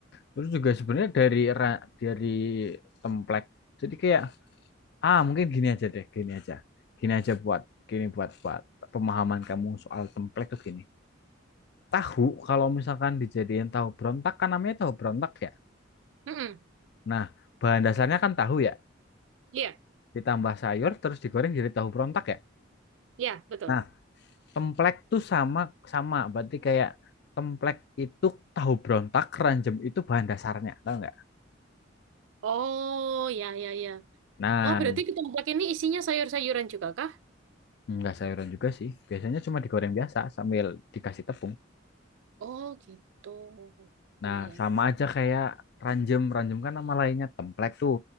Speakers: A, on the left; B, on the right.
A: Terus juga sebenarnya dari ra- dari template. Jadi kayak ah mungkin gini aja deh, gini aja. Gini aja buat gini buat buat pemahaman kamu soal template tuh gini. Tahu kalau misalkan dijadiin tahu berontak kan namanya tahu berontak ya.
B: Mm-mm.
A: Nah, bahan dasarnya kan tahu ya.
B: Iya
A: Ditambah sayur terus digoreng jadi tahu berontak ya.
B: iya betul.
A: Nah, template tuh sama sama berarti kayak template itu tahu berontak, ranjem itu bahan dasarnya, tahu nggak?
B: Oh iya iya iya.
A: Nah,
B: Oh berarti ke tempat ini isinya sayur-sayuran juga kak
A: Enggak sayuran juga sih. Biasanya cuma digoreng biasa sambil dikasih tepung.
B: Oh gitu.
A: Nah,
B: Iya iya
A: sama
B: iya.
A: aja kayak ranjem. Ranjem kan nama lainnya templek tuh.